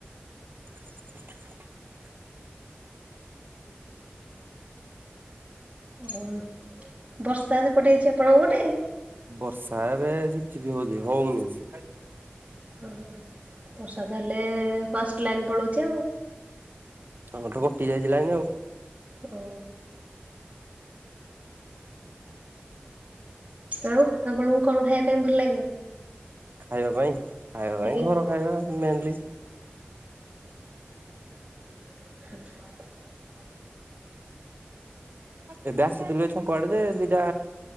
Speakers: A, on the right; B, on the right.
A: <inaudible>
B: ଓ ବର୍ଷା ସେପଟେ ହେଇଛି ଆପଣଙ୍କ ପଟେ
A: ବର୍ଷା ଏବେ ଝିପ ଝିପି ହଉଛି ହଉନି।
B: ହଁ ବର୍ଷା ତାହେଲେ ଫାଷ୍ଟ ଲାଇନ୍ ପଳାଉଛି ଆଉ।
A: ହଁ ତ କଟି ଯାଇଥିଲା ଏଇନା ଆଉ।
B: ଓ ଆଉ ଆପଣଙ୍କୁ କଣ ଖାଇବା ପାଇଁ ଭଲ ଲାଗେ?
A: ଖାଇବା ପାଇଁ? ଖାଇବା ପାଇଁ
B: ଆଜ୍ଞା
A: ଘର ଖାଇବା ମେନ୍ଲି। <inaudible>
B: ଆ <inaudible>
A: ଏବେ ଆସିଥିଲୁ ଏ ଛକ ଆଡେ ଯେ ଦିଟା